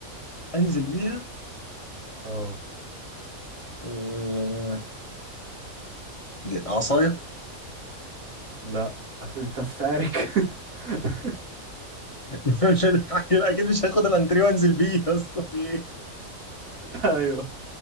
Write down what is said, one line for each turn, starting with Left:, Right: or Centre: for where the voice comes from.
Left: انزل بيها
Right: اه
Left: آه، عصاية <laughs>
Right: لا هت- انت هتتعارك <laughs>
Left: مش هلحق- اكيد مش هاخد الانتريه وانزل بيه يا اسطى في ايه
Right: ايوه